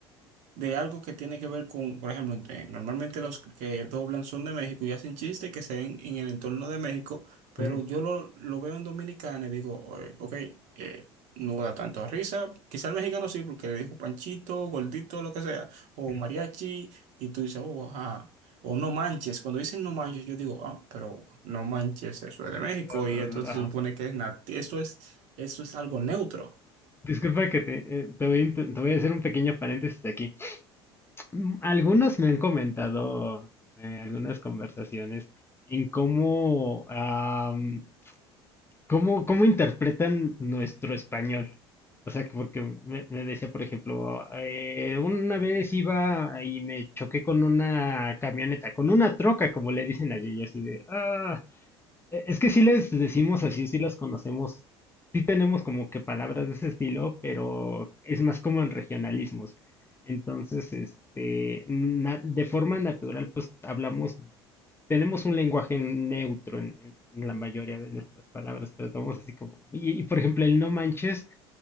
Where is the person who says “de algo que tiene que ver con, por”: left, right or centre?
Right